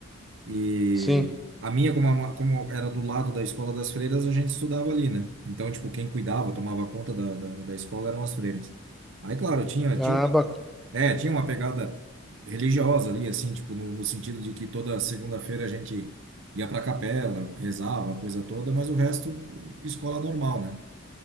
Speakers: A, on the right; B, in the centre.
A: E
B: Sim.
A: a minha, como, a- como era do lado da escola das freiras, a gente estudava ali, né? Então, tipo, quem cuidava, tomava conta da, da, da escola eram as freiras. Aí, claro, tinha,
B: Ah,
A: tinha uma,
B: bacana.
A: é, tinha uma pegada religiosa ali, assim, tipo, no, no sentido de que toda segunda-feira a gente ia pra capela, rezava, a coisa toda, mas o resto, escola normal, né?